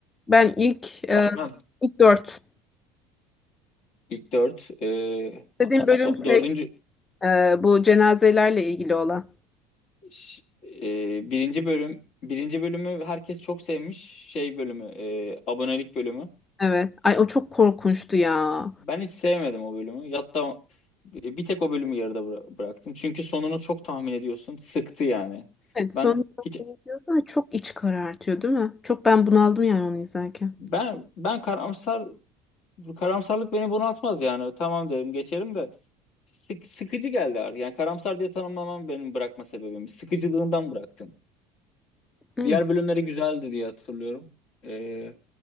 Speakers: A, on the left (about 25°); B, on the left (about 60°).
A: ben ilk e,
B: Vermem.
A: ilk dört.
B: İlk dört. e, ha-
A: Dediğim bölüm
B: so-
A: şey
B: dördüncü
A: Ee, bu cenazelerle ilgili olan.
B: ş- e, birinci bölüm birinci bölümü herkes çok sevmiş. Şey bölümü e, abonelik bölümü.
A: Evet. Ay o çok korkunçtu ya.
B: Ben hiç sevmedim o bölümü. Hatta e, bir tek o bölümü yarıda bıra- bıraktım. Çünkü sonunu çok tahmin ediyorsun. Sıktı yani.
A: Evet
B: Ben
A: sonuçta
B: hiç
A: bunu diyorsun ama çok iç karartıyor değil mi? Çok ben bunaldım yani onu izlerken.
B: ben ben karamsar Bu karamsarlık beni bunaltmaz yani. Tamam derim geçerim de sık, sıkıcı geldi artık. Yani karamsar diye tanımlamam benim bırakma sebebim. Sıkıcılığından bıraktım.
A: Hı.
B: Diğer bölümleri güzeldi diye hatırlıyorum. Ee,